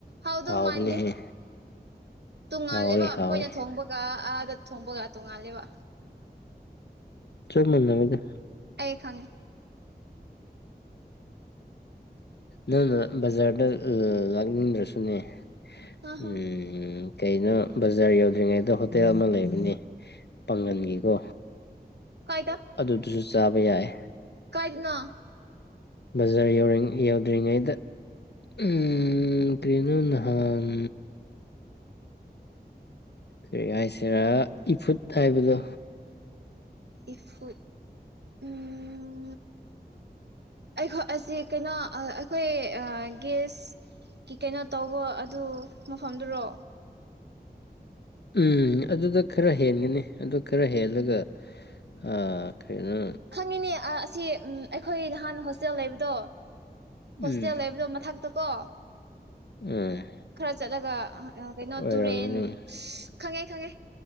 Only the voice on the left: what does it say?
ꯍꯥꯎꯕꯅꯦꯍꯦ
ꯍꯥꯎꯋꯦ ꯍꯥꯎꯋꯦ
ꯆꯞ ꯃꯥꯟꯅꯕꯅꯦꯗ
ꯅꯪꯅ ꯕꯖꯥꯔꯗ ꯂꯥꯛꯅꯤꯡꯗ꯭ꯔꯁꯨꯅꯦ ꯎꯝ
ꯀꯩꯅꯣ ꯕꯖꯥꯔ ꯌꯧꯗ꯭ꯔꯤꯉꯩꯗ ꯍꯣꯇꯦꯜ ꯑꯃ ꯂꯩꯕꯅꯦ‌ ꯄꯥꯡꯒꯟꯒꯤꯀꯣ
ꯑꯗꯨꯗꯨꯁꯨ ꯆꯥꯕ ꯌꯥꯏ
ꯕꯖꯥꯔ ꯌꯧꯔꯤꯡ ꯌꯧꯗ꯭ꯔꯤꯉꯩꯗ ꯎꯝ ꯀꯅꯣ ꯅꯍꯥꯟ ꯀꯔꯤ ꯍꯥꯏꯁꯤꯔꯥ ꯏꯐꯨꯠ ꯍꯥꯏꯕꯗꯣ
<inaudible>
ꯎꯝ ꯑꯗꯨꯗꯥ ꯈꯔ ꯍꯦꯟꯒꯅꯤ ꯑꯗꯨ ꯈꯔ ꯍꯦꯜꯂꯒ ꯑ ꯀꯔꯤꯅꯣ
ꯎꯝ
ꯎꯝ
ꯑꯣꯏꯔꯝꯒꯅꯤ